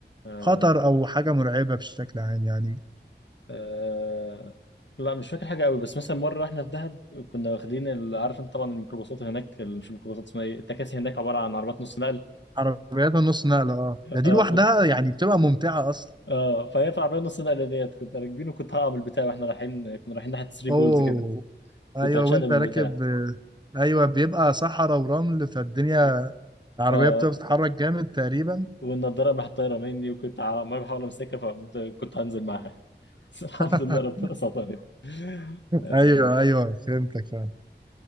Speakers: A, on the left (about 75°); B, on the right (about 25°).
A: آه.
B: خطر او حاجة مرعبة بشكل عام يعني
A: آه. لا مش فاكر حاجه قوي بس مثلا مره احنا في دهب كنا واخدين ال- عارف انت طبعا الميكروباصات هناك ال- مش الميكروباصات اسمها ايه التكاسي هناك عباره عن عربيات نص نقل
B: عربيات النص نقلة اه ده دي
A: اه
B: لوحدها يعني بتبقى ممتعة أصلا
A: اه فهي في عربيه نص نقله ديت كنت راكبين وكنت هقع من البتاع واحنا رايحين كنا رايحين ناحيه 3
B: أوه
A: بولز كده كنت
B: أيوه
A: هتشقلب
B: وأنت
A: من
B: راكب
A: البتاع
B: آه، أيوه بيبقى صحراء ورمل فالدنيا
A: و-
B: العربية
A: اه
B: بتبقى بتتحرك جامد تقريبا
A: والنضاره راحت طايره مني وكنت عمال بحاول امسكها فكنت هنزل معاها <laughs> بس الحمد
B: <laughs>
A: لله ربنا سترني آه،
B: أيوه أيوه فهمتك فعلا